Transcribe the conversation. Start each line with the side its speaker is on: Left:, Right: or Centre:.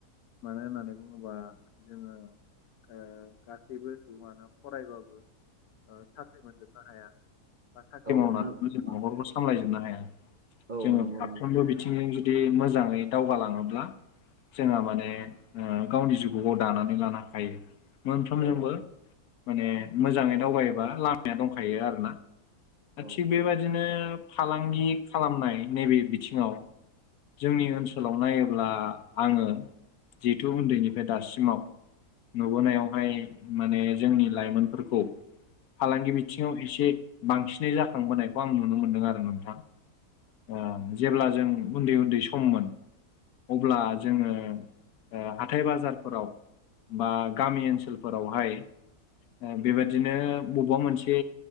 Left: मानो होननानै बुङोबा जोङो ओ गासैबो सुबुङानो फरायबाबो साख्रि ओ मोनजोबनो हाया। साख्रि
Right: औ
Left: मावनानै
Right: नों
Left: जों
Right: मा-
Left: नखरफोरखौ सामलायजोबनो हायो।
Right: औ
Left: जोङो
Right: नंगौ
Left: फारफ्रोमबो
Right: नंगौ
Left: बिथिंजों जुद दि मोजाङै दावगालाङोब्ला जोंहा माने ओ गावनि जिउखौ दानानै लानो हायो मोनफ्रोमजोंबो।
Right: औ
Left: माने मोजाङै दावगायोबा लामाया दंखायो आरो ना।
Right: औ
Left: थिग बेबायदिनो फालांगि
Right: औ
Left: खालामनाय
Right: औ
Left: नैबे बिथिङाव जोंनि ओनसोलाव नायोब्ला आङो जिहेथु उन्दैनिफ्राय दासिमाव। नुबोनायावहाय माने जोंनि लाइमोनफोरखौ फालांगिय बिथिं आव एसे बांसिन नो जाखांबोनायखौ आं नुनो मोन्दों आरो नोंथां। ओ जेब्ला जों उन्दै उन्दै सममोन अब्ला जोङो ओ हाथाय बाजारफोराव बा गामि ओनसोलफोरावहाय बेबादिनो बबेबा ओ मोनसे